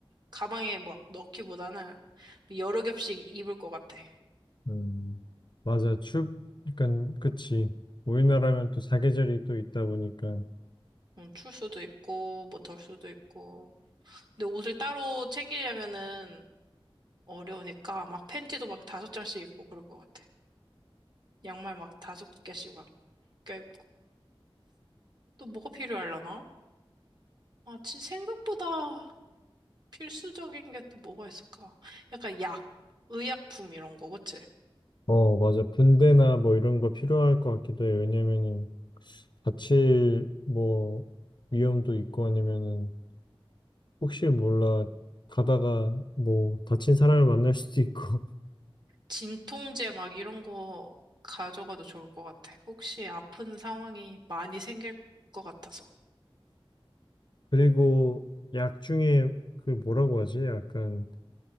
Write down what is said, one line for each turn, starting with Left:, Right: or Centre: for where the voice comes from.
Right: 가방에 막 넣기보다는 여러 겹씩 입을 것 같아.
Left: 음, 맞아. 춥, 그러니까 그치. 우리나라면 또 사계절이 또 있다 보니까
Right: 음, 출 수도 있고, 뭐 덜 수도 있고. 근데 옷을 따로 챙기려면은 어려우니까 막 팬티도 막 다섯 장씩 입고 그럴 것 같아. 양말 막 다섯 개씩 막 껴입고. 또 뭐가 필요하려나? 아, 진 생각보다 필수적인 게 또 뭐가 있을까? 약간 약, 의약품 이런 거, 그치?
Left: 어 맞아. 분대나 뭐 이런 거 필요할 것 같기도 해. 왜냐면은 다칠 뭐 위험도 있고 아니면은 혹시 몰라 가다가 뭐 다친 사람을 만날 수도 있고 <laughs>
Right: 진통제 막 이런 거 가져가도 좋을 것 같아. 혹시 아픈 상황이 많이 생길 것 같아서.
Left: 그리고 약 중에 그 뭐라고 하지? 약간